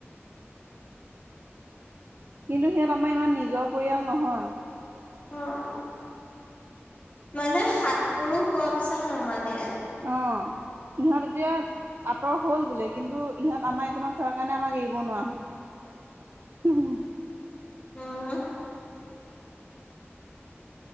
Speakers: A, on the right; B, on the left.
A: কিন্তু সিহঁত আমাৰ ইমান নিজৰ পৰিয়াল নহয়।
B: অঁ। মানে সাতপুৰুস হোৱাৰ পিছত নামানে।
A: অঁ, সিহঁত এতিয়া, আঁতৰ হল বোলে কিন্তু ইহঁত আমাৰ এইকনত থকাৰ কাৰণে আমাক এৰিব নোৱাৰা হ'ল। ওম
B: উম